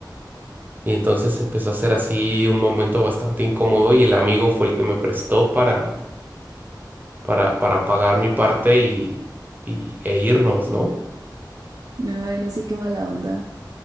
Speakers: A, on the right (about 25°); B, on the right (about 50°).
A: Y entonces empezó a ser así un momento bastante incómodo y el amigo fue el que me prestó para para, para pagar mi parte y, y- e irnos, ¿no?
B: <laughs> sí. Ay, no sé, qué mala onda.